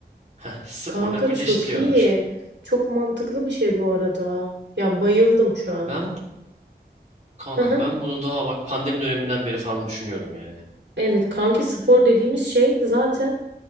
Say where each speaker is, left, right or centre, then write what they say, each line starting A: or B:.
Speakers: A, on the right; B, on the right.
A: Heh, sporla
B: Kanka
A: birleştiriyorlar.
B: çok iyi. Çok mantıklı bir şey bu arada. Ya bayıldım şu an.
A: Ben kanka
B: Hı hı.
A: ben bunu daha bak pandemi döneminden beri falan düşünüyorum yani.
B: Evet kanki spor dediğimiz şey zaten